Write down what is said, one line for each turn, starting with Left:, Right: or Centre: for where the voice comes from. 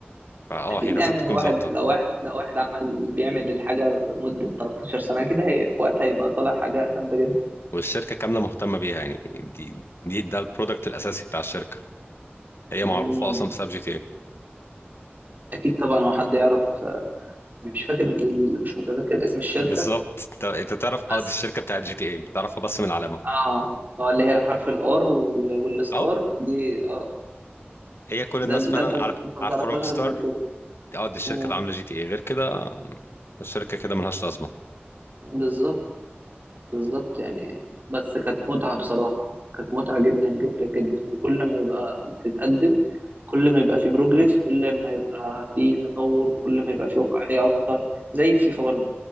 Left: فاه
Right: أكيد
Left: هي لازم
Right: يعني
Left: تكون
Right: لو واحد
Left: ظابطه
Right: لو واحد لو واحد عمل بيعمل الحاجة لمدة 13 سنة أكيد هي في وقتها هيبقى طالع حاجة جامدة جدا
Left: والشركه كامله مهتمه بيها يعني دي دي ده البرودكت الاساسي بتاع الشركه هي
Right: مم.
Left: معروفه اصلا بسبب جي تي اي
Right: أكيد طبعا هو حد يعرف مش فاكر ال- مش متذكر اسم الشركة
Left: بالظبط انت أنت تعرف
Right: بس
Left: اه دي الشركه بتاعت جي تي اي بتعرفها بس من العلامه
Right: اه اه اللي هي حرف الار والستار
Left: اه
Right: دي اه
Left: هي كل الناس
Right: ده
Left: فعلا
Right: ده انت
Left: عار-
Right: انت ما
Left: عارفه
Right: تعرفهاش
Left: روك
Right: غير
Left: ستار
Right: من كده
Left: اه دي الشركه
Right: مم.
Left: اللي عامله جي تي اي غير كده الشركه كده ملهاش لازمه
Right: بالظبط بالظبط يعني بس كانت متعة بصراحة كانت متعة جدا جدا جدا وكل ما يبقى بتتقدم كل ما يبقى في بروجريس كل ما يبقى في تطور كل ما يبقى في واقعية أكتر زي الفيفا برضو